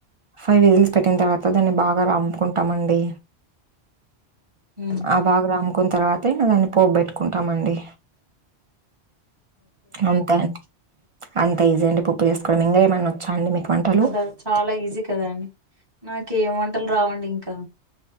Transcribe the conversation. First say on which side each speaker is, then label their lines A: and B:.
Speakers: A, on the right; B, on the right.
A: ఫైవ్ విజిల్స్ పెట్టిన తర్వాత దాన్ని బాగా రమ్పుకుంటాము అండి
B: హ్
A: ఆ బాగా రామ్ముకున్న తర్వాత దాన్ని పోపు బేట్టుకుంటాము అండి అంతా అండి అంతా ఈజీ అండి పప్పు ఉప్పు ఏసుకోవడం ఇంకా ఏమన్నా వచ్చా అండి మీకు వంటలు
B: కదా చాలా ఈజీ కదా అండి నాకేం వంటలు రావండి. ఇంకా